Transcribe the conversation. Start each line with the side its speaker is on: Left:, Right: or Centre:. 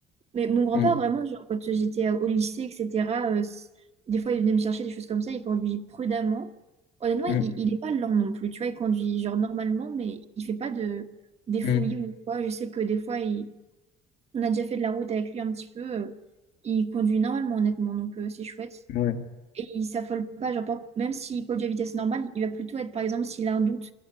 Right: Mais mon grand-père,
Left: Mm,
Right: vraiment, genre, quand j'étais euh, au lycée, etc., euh, s- des fois, il venait me chercher des choses comme ça, il conduit prudemment. Honnêtement,
Left: mm,
Right: il, il est pas lent non plus, tu vois, il conduit genre normalement, mais il fait pas de, des folies
Left: mm.
Right: ou quoi. Je sais que des fois, il- on a déjà fait de la route avec lui un petit peu, euh, il conduit normalement, honnêtement, donc euh, c'est chouette.
Left: Ouais.
Right: Et il s'affole pas, genre, pas- même s'il conduit à vitesse normale, il va plutôt être, par exemple, s'il a un doute,